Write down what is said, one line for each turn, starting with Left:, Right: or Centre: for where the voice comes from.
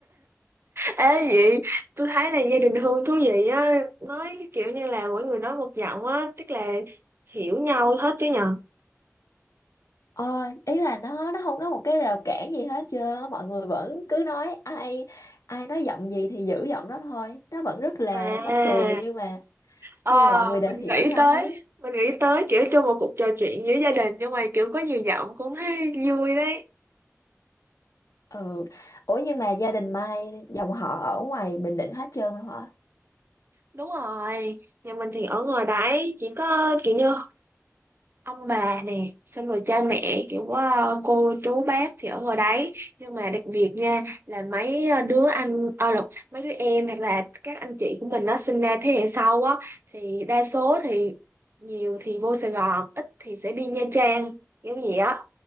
Right: Ê vậy tôi thấy là gia đình Hương thú vị á nói kiểu như là mỗi người nói một giọng á tức là hiểu nhau hết chứ nhờ
Left: ờ, ý là nó nó không có một cái rào cản gì hết trơn á, mọi người vẫn cứ nói ai ai nói giọng gì thì giữ giọng đó thôi nó vẫn rất là
Right: à
Left: mắc cười nhưng mà
Right: Ờ,
Left: nhưng mà mọi người đều
Right: mình
Left: hiểu
Right: nghĩ
Left: nhau
Right: tới
Left: hết
Right: mình nghĩ tới kiểu trong một cuộc trò chuyện giữa gia đình nhưng mà kiểu có nhiều giọng cũng thấy vui đấy
Left: ừ ủa nhưng mà gia đình Mai dòng họ ở ngoài Bình Định hết trơn rồi hả
Right: đúng rồi nhà mình thì ở ngoài đấy chỉ có kiểu như ông bà nè xong rồi cha mẹ kiểu ờ, cô chú bác thì ở ngoài đấy nhưng mà đặc biệt nha là mấy ờ, đứa anh ờ lộn, mấy đứa em hoặc là các anh chị của mình nó sinh ra thế hệ sau á thì đa số thì nhiều thì vô Sài Gòn ít thì sẽ đi Nha Trang kiểu gì á